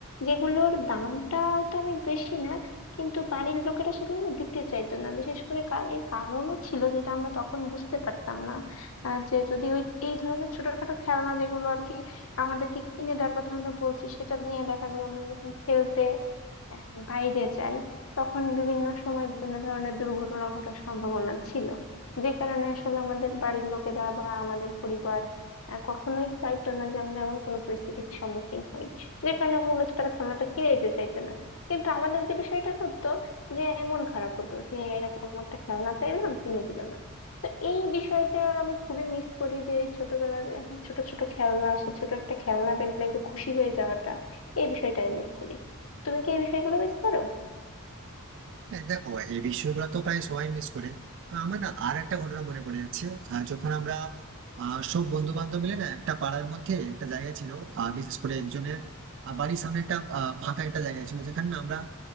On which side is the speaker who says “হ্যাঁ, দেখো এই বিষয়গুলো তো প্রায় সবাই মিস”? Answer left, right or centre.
Right